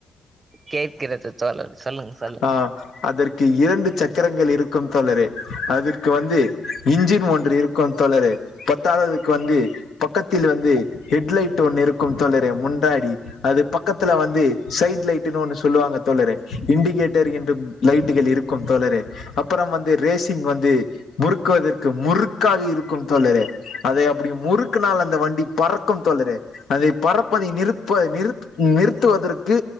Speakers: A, on the right (about 30°); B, on the left (about 70°).
A: கேக்கறது சொல்லுங்க சொல்லுங்க சொல்லுங்க
B: ஆ அதற்கு இரண்டு சக்கரங்கள் இருக்கும் தோழரே அதற்கு வந்து இன்ஜின் ஒன்று இருக்கு தோழரே பத்தாததுக்கு வந்து பக்கத்தில் வந்து ஹெட்லைட் ஒன்னு இருக்கு தோழரே முன்னாடி அது பக்கத்துல வந்து சைட் லைட்டுன்னு ஒன்னு சொல்லுவாங்க தோழரே இண்டிகேட்டர் என்றும் லைட்டுகள் இருக்கும் தோழரே அப்பறம் வந்து ரேசிங் வந்து முறுக்குவதற்கு முறுக்காதிருக்கும் தோழரே அதை அப்டி முறுக்குனால் அந்த வண்டி பறக்கும் தோழரே அதை பறப்ப நீ நிருப்ப நிரு நிறுத்துவதற் கு